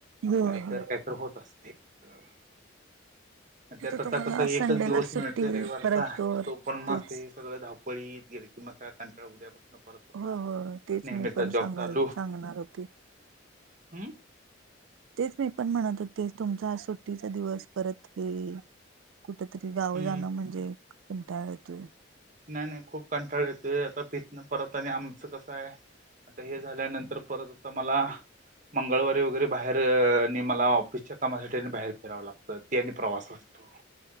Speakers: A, on the right; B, on the right.
A: हो
B: काहीतर
A: हो
B: काहीतर होत असते. त्यात
A: तर
B: आता
A: तुम्हाला
B: कस एकच
A: संडेला
B: दिवस
A: सुट्टी
B: मिळतोय रविवारचा
A: परत तर
B: तो पण
A: तेच
B: मग ते सगळं धावपळीत गेल की मग काय कंटाळा त होता
A: हो हो तेच
B: नेहमीचा
A: मी पण
B: जॉब
A: सांगाल
B: चालू हम्म
A: सांगणार होते तेच मी पण म्हणत होते तुमचा सुट्टीचा दिवस परत हे कुठ तरी गाव
B: हम्म
A: जाणं म्हणजे कंटाळतोय.
B: नाही नाही खूप कंटाळ येतोय आता पितनं परत आणि आमचं कसं आहे आता हे झाल्यानंतर परत आता मला मंगळवारी वगैरे बाहेर बाहेर आणि मला ऑफिसच्या कामासाठी बाहेर फिरावं लागतं ते आणि प्रवास असतो.